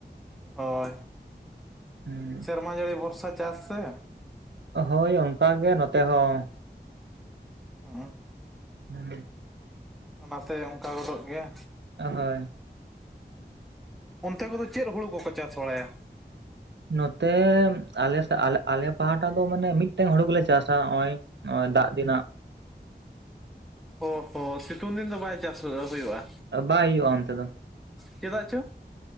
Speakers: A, in the centre; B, on the right.
A: ᱦᱚᱭ
B: ᱦᱩᱸ
A: ᱥᱮᱨᱢᱟ ᱡᱟᱹᱲᱤ ᱵᱚᱨᱥᱟ ᱪᱟᱥ ᱥᱮ᱾
B: ᱦᱳᱭ ᱚᱝᱠᱟ ᱜᱮ ᱱᱚᱛᱮ ᱦᱚᱸ᱾
A: <unintelligible>
B: <inaudible>
A: ᱚᱱᱟ ᱛᱮ ᱚᱝᱠᱟ ᱜᱚᱫᱚᱜ ᱜᱮᱭᱟ᱾
B: ᱟ ᱦᱳᱭ
A: ᱚᱱᱛᱮ ᱠᱚᱫᱚ ᱪᱮᱫ ᱦᱩᱲᱩ ᱠᱚᱠᱚ ᱪᱟᱥ ᱵᱟᱲᱟᱭᱟ
B: ᱱᱚᱛᱮ ᱟᱞᱮ ᱥᱮ ᱟᱞᱮ ᱯᱟᱦᱴᱟ ᱫᱚ ᱢᱟᱱᱮ ᱢᱤᱫᱴᱮᱱ ᱦᱩᱲᱩ ᱜᱮᱞᱮ ᱪᱟᱥᱟ ᱱᱚᱜ-ᱚᱭ ᱱᱚᱜᱼᱚᱭ ᱫᱟᱜ ᱫᱤᱱᱟᱜ
A: ᱚ ᱦᱚᱸ ᱥᱤᱛᱩᱝ ᱫᱤᱱ ᱫᱚ ᱵᱟᱭ ᱪᱟᱥ ᱦᱩᱭᱩᱜᱼᱟ
B: ᱵᱟᱭ ᱦᱩᱭᱩᱜᱼᱟ ᱚᱱᱛᱮ ᱫᱚ
A: ᱪᱮᱫᱟᱜ ᱪᱚ